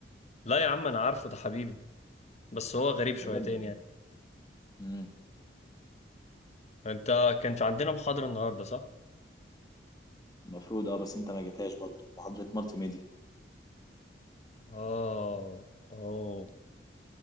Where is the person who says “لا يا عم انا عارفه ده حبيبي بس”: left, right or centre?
Left